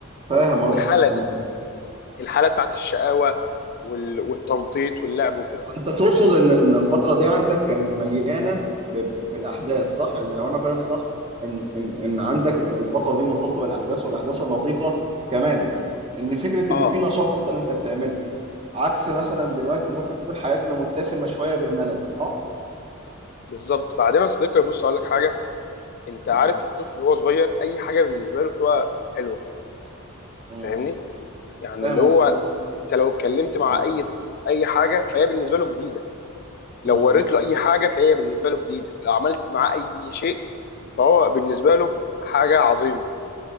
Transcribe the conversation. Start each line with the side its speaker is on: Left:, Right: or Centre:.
Right: فاهم
Left: و- والحاله
Right: قصدي
Left: دي
Right: مم.
Left: الحاله بتاعت الشقاوه وال- والتنطيط واللعب وكده
Right: فانت تقصد ان ان الفتره دي عندك كانت مليانه ب- ب- بالاحداث صح يعني لو انا فاهم صح ان ان ان عندك الفتره دي مرتبطه بالاحداث والاحداث اللطيفه كمان يعني ان فكره
Left: اه
Right: ان في نشاط اصلا انت بتعمله عكس مثلا
Left: بالظبط
Right: دلوقتي ان ممكن تكون حياتنا متسمه شويه بالملل صح
Left: بالظبط بعدين يا صديقي بص اقول لك حاجه انت عارف
Right: مم.
Left: الطفل وهو صغير اي حاجه بالنسبه له بتبقى حلوه
Right: مم.
Left: فاهمني يعني
Right: فاهم
Left: اللي هو
Right: قصدي
Left: انت لو اتكلمت مع
Right: مم.
Left: اي طفل في اي حاجه فهي بالنسبه له جديده لو
Right: مم.
Left: وريت له اي حاجه فهي بالنسبه له جديده لو عملت معاه اي شيء فهو بالنسبه له حاجه عظيمه